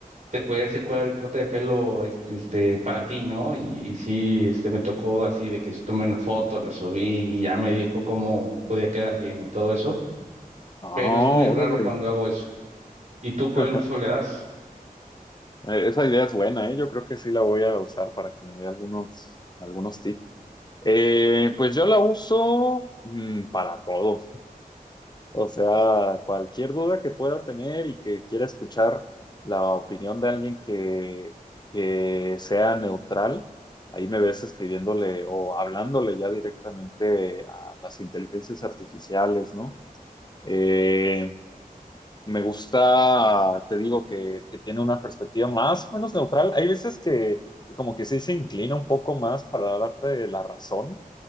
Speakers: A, on the right; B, on the left.
A: te puede decir cuál es el corte de pelo ex- este, para ti, ¿no? Y, y sí, este, me tocó así de que tomé una foto, la subí y ya me dijo cómo podía quedar bien y todo eso,
B: Ah,
A: pero es muy raro
B: órale.
A: cuando hago eso. ¿Y tú cuál
B: <laughs>
A: uso le das?
B: Eh, Esa idea es buena, ¿eh? Yo creo que sí la voy a usar para que me dé algunos, algunos tips. Eh, pues yo la uso mm, para todo. O sea, cualquier duda que pueda tener y que quiera escuchar la opinión de alguien que, que sea neutral, ahí me ves escribiéndole o hablándole ya directamente a las inteligencias artificiales, ¿no? Eh, me gusta, te digo, que, que tiene una perspectiva más o menos neutral. Hay veces que y como que sí se inclina un poco más para darte la razón,